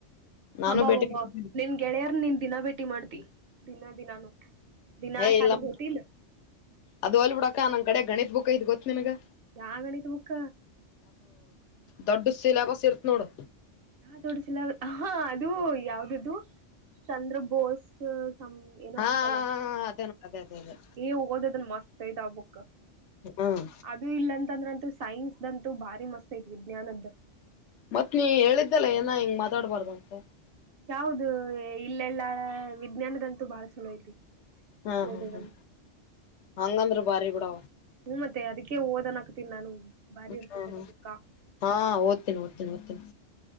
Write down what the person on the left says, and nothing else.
ನಾನು
ಭೇಟಿ ಮಾಡಿದ್ದೆ
ಏ
ಇಲ್ಲ
ಅದು ಹೊಲ್ ಬಿಡಕ್ಕ ನನ್ ಕಡೆ ಗಣಿತ್ ಬುಕ್ ಇದ್ ಗೊತ್ತ ನನ್ಗ
ದೊಡ್ಡ ಸಿಲಬಸ್ ಇರ್ತ್ ನೋಡು
ಹಾ
ಹಾ ಅದೇ ಅದೇ ಅದೇ
ಹ್ಮ್
ಮತ್ ನೀ ಹೇಳಿದ್ದಲ್ಲ ಏನ ಹಿಂಗ್ ಮಾತಾಡ್ಬಾರ್ದ ಅಂತ
ಹ್ಮ
ಹ್ಮ್ ಹ್ಮ್ ಹಂಗಂದ್ರ ಬಾರಿ ಬಿೂಡ
ಹ್ಮ
ಹ್ಮ
ಹಾ ಓದ್ತೀನಿ ಓದ್ತೀನಿ ಓದ್ತೀನಿ